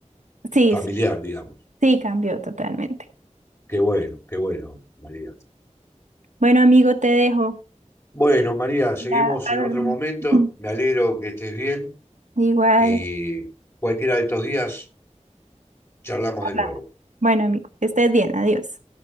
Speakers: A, on the right; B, on the left.
A: sí,
B: familiar,
A: sí,
B: digamos.
A: sí, cambió totalmente.
B: Qué bueno, qué bueno, María.
A: Bueno, amigo, te dejo.
B: Bueno, María, seguimos
A: Ya a
B: en
A: dormir.
B: otro momento.
A: <laughs>
B: Me alegro que estés bien
A: Igual.
B: y cualquiera de estos días charlamos
A: hablamos.
B: de nuevo.
A: Bueno, amigo, que estés bien, adiós.